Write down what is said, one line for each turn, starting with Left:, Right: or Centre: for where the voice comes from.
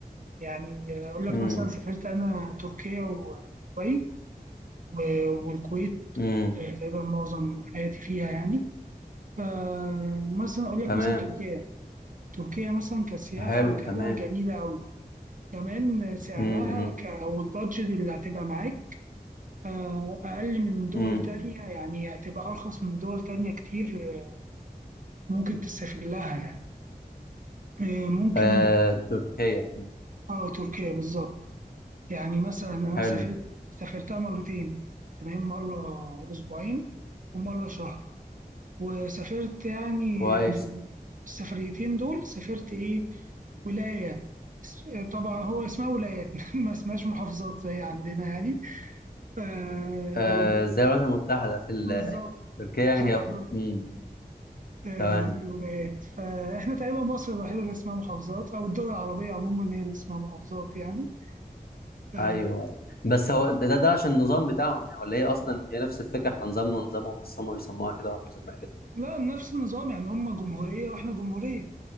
Right: يعني اقول لك
Left: مم.
Right: مثلا سافرت انا تركيا ودبي و- والكويت
Left: امم
Right: آه، تقريبا معظم حياتي فيها يعني فمثلا اقول لك
Left: تمام
Right: مثلا تركيا تركيا مثلا كسياحه
Left: حلو
Right: وكده
Left: تمام
Right: جميله قوي كمان سعرها
Left: امم
Right: ك... او البادجت اللي هتبقى معاك آه، أقل من دول
Left: امم
Right: تانية يعني هتبقى أرخص من دول تانية كتير آه، ممكن تسافر لها يعني آه، ممكن
Left: آه تركيا مم.
Right: آه تركيا بالظبط يعني مثلا أنا
Left: حلو
Right: سافرت سافرتها مرتين تمام مرة أسبوعين ومرة شهر وسافرت يعني
Left: كويس
Right: آه، في السفريتين دول سافرت إيه ولاية اس- طبعا هو اسمها ولايات <laughs> ما اسمهاش محافظات زي عندنا يعني آه،
Left: آه
Right: الولاية
Left: زي الولايات المتحدة في ال-
Right: بالظبط
Left: تركيا يعني
Right: <laughs> بالظبط
Left: هي امم
Right: آه،
Left: تمام
Right: زي ولايات فاحنا تقريبا مصر الوحيدة اللي اسمها محافظات أو الدول العربية عموما هي اللي اسمها محافظات يعني آه،
Left: ايوه أيوه. بس هو ده ده ده عشان النظام بتاعهم يعني ولا هي اصلا هي نفس الفكرة احنا نظامنا نظامهم بس هم بيسموها كده واحنا بنسميها كده
Right: لا نفس النظام يعني هم جمهورية وإحنا جمهورية